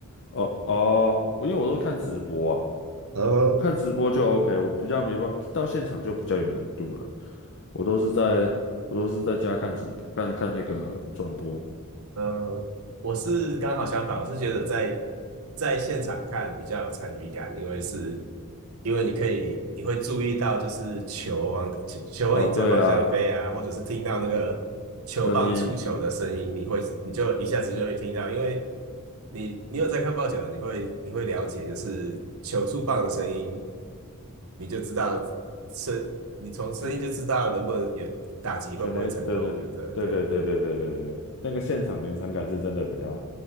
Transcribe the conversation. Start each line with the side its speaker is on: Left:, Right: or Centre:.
Left: 哦哦，我因为我都是看直播啊，
Right: 呃，
Left: 看直播就 OK，我比较没办法，到现场就比较有难度了。我都是在我都是在家看直播，看看那个转播。
Right: 呃，我是刚好相反，我是觉得在在现场看比较有参与感，因为是，因为你可以你会注意到就是球往球球往你这个方向飞啊，
Left: 哦，对啊，
Right: 或者是听到那个球棒触球的声音，
Left: 声音
Right: 你会你就一下子就会听到，因为你你有在看棒球的，你会你会了解就是球触棒的声音，你就知道声，你从声音就知道能不能有打击会不会成功，
Left: 是全雷，对对对对对对对对对，
Right: 有的对，
Left: 那个现场临场感是真的比较